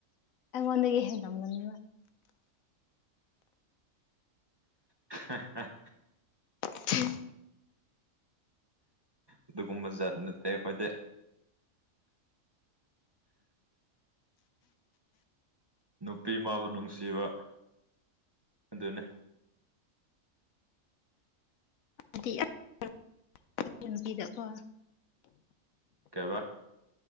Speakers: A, on the left (about 80°); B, on the right (about 25°).
A: ꯑꯩꯉꯣꯟꯗꯒꯤ ꯍꯦꯜꯂꯝꯒꯅꯤ
B: ꯍꯥ ꯍꯥ
A: <unintelligible>
B: ꯑꯗꯨꯒꯨꯝꯕꯖꯥꯠ ꯅꯠꯇꯦ ꯑꯩꯈꯣꯏꯗꯤ ꯅꯨꯄꯤ ꯃꯥꯕꯨ ꯅꯨꯡꯁꯤꯕ ꯑꯗꯨꯅꯤ
A: <unintelligible> ꯅꯨꯨꯄꯤꯗ ꯀꯣ
B: ꯀꯩꯕ